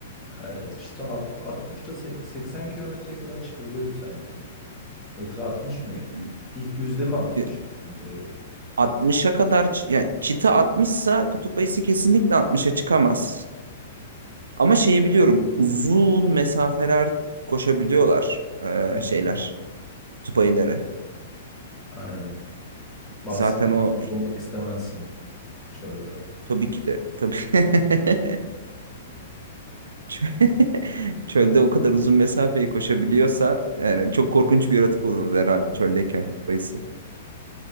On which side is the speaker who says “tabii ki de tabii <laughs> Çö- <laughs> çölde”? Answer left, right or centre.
Right